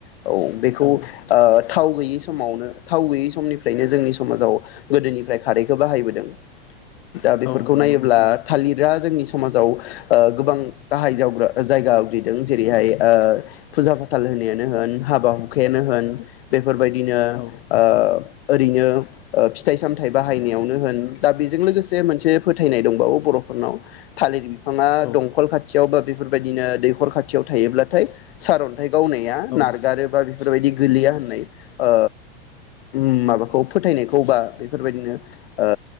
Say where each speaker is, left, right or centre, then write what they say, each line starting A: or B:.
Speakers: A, on the left (about 80°); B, on the left (about 35°).
A: औ बेखौ
B: औ
A: आ थाव गैयै समावनो थाव गैयै समनिफ्रायनो जोंनि समाजाव गोदोनिफ्राय खारैखौ बाहायबोदों। दा बेफोरखौ
B: औ नंगौ
A: नायोब्ला
B: नोंथां
A: थालिरा जोंनि समाजाव ओ गोबां गाहाय जावग्रा जायगा आवग्रिदों जेरैहाय ओ फुजा फाथाल होनायानो होन हाबा हु खायानो होन
B: औ
A: बेफोरबायदिनो
B: औ
A: ओ ओरैनो ओ फिथाइ सामथायाइ बाहायनायावनो होन दा बेजों लोगोसे मोनसे फोथायनाय दंबावो बर'फोरनाव थालिर बि फांङा
B: औ
A: दंखल खाथियावबो बेफोरबायदिनो दैखर खाथियाव थायोब्लाथाय सारन थाय गावनाया
B: औ
A: नारगारोबा बेफोरबायदि गोलैया होननाय ओ उम माबाखौ फोथायनायखौ बा बेफोरबायदिनो ओ